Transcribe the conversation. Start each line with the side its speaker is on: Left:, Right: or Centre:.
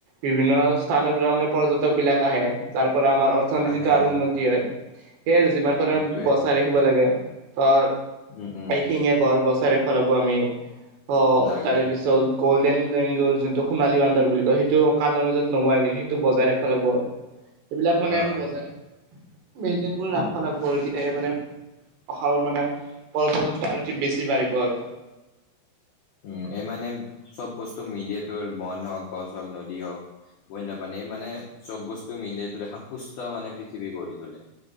Right: বিভিন্ন স্থানৰ পৰা মে পৰ্যটক বিলাক আহে তাৰ পৰা আমাৰ অৰ্থনীতিতটো
Left: আহে আহে
Right: আৰু উন্নতি হয়। সেয়ে আৰু যিমান পাৰোৰে
Left: সেইটোৱে
Right: বচাই ৰাখিব লাগে ধৰ
Left: উম উম
Right: এ শিঙে গড় বচাই ৰাখিব আমি, অ'
Left: লাগে
Right: তাৰে পিছত গল্ডেন লেংগুৰ যোনটো সোণালী বান্দাৰ বুলি কয়, সেইটো কালাৰ মাজত নোহোৱাইগ সেইটোক বজাই ৰাখিব লাগিব। সেইবিলাক মানে
Left: অ
Right: আমি বজাই, মেইনটেইন কৰি ৰাখিব লাগৰ মানে ভষ মানে পৰ্যটক আৰু অতি বেছি বাঢ়িব আৰু।
Left: উম এই মানে চব বস্তু মিলিয়ে তোৰ বন হওক গছ হওক নদী হওক বন্যপাণী মানে চব বস্তু মিলি তো এখন সুস্থ মানে পৃথিৱী গঢ়ি তোলে।